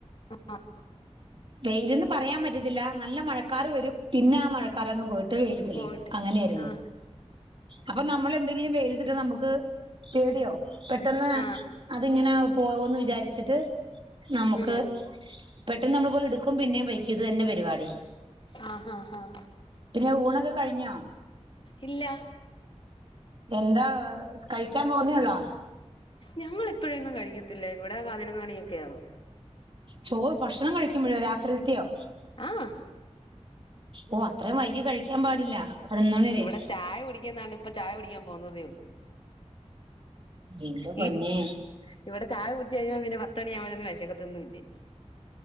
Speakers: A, on the left (about 50°); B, on the right (about 45°).
A: ആ
B: വെയിലന്നന്ന് പറയാൻ പറ്റത്തില്ല നല്ല മഴക്കാർ വരും പിന്നെ ആ മഴക്കാാരങ്ങ് പോയിട്ട്. ് വെ യ്ല് തെളിയും
A: പോയിട്ട്
B: അങ്ങനെയായിരുന്നു
A: ആഹ്
B: അപ്പൊ നമ്മൾ എന്തെങ്കിലും വെയിലത്തിട്ട നമുക്ക്. പേടിയോ പെട്ടെന്ന്
A: ആഹ്
B: അതിങ്ങനെ പോവോന്ന് വിചാരിച്ചിട്ട്. നമുക്ക്
A: ഉം
B: പെട്ടെന്ന് നമ്മളി പോയി എടുക്കും പിന്നേും വയ്ക്ക ഇത് തന്നെ പരിപാടി.
A: ആഹ് ആഹ ആഹ
B: പിന്നെ ഊണൊക്കെ കഴിഞ്ഞോ
A: ഇല്ല
B: എന്താ കഴിക്കാൻ പോുന്നേള്ളാ.
A: ഞങ്ങൾ ഇപ്പോഴൊന്നും കഴിക്കത്തില്ല ഇവിടെ പതിനൊന്ന് മണിയൊക്കെ ആവോ.
B: ചോറ് ഭക്ഷണം കഴിക്കുമ്പോഴോ രാത്രിത്തിയോ?
A: ആഹ്
B: ഓ അത്രയും വൈകി കഴിക്കാൻ പാടില്ല പതിനൊന്ന് മണി വരെ.
A: ഇവിടെ ചായ കുടി ണ്ട് ഇപ്പൊ ചായ കുടിക്കാൻ പോകുന്നതേ ഉണ്ട്
B: എന്റെ പൊന്നെ
A: ഇ വിടെ ചായ കുടിച് കഴിഞ്ഞ പിന്നെ പത്ത് മണിയുമ്പോ ഒന്ന് വെശക്കത്തി ഇില്ല.